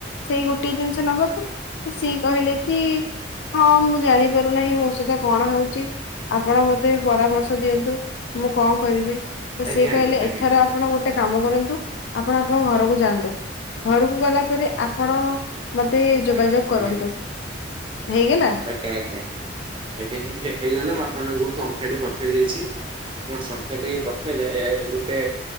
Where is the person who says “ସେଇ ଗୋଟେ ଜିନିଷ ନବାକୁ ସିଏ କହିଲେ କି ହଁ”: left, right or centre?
Left